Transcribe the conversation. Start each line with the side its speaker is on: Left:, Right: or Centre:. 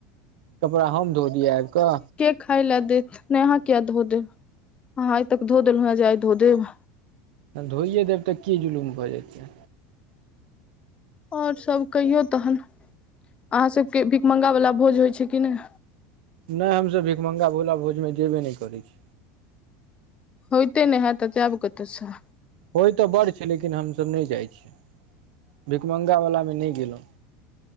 Right: कपड़ा हम धो दिय आब कऽ
Left: खायइ ले देत ने अहाँ किया धो देब अहाँ आइ तक धो देलहु है जे आइ धो देब
Right: त धोइए देब तऽ की जुलुम भऽ जेतै
Left: और सब कहियो तहन अहाँ सबके भिक मंगा वाला भोज होइ छै की नहि
Right: नहि हमसभ भिक मङ्गा भोला भोजमे जेबे नहि करै छी
Left: होते नहि हैत त जायब केतसे
Right: होइ तऽ बड़ छै लेकिन हमसभ नहि जाई छियै भिकमङ्ंगा वला मे नहि गेलहुं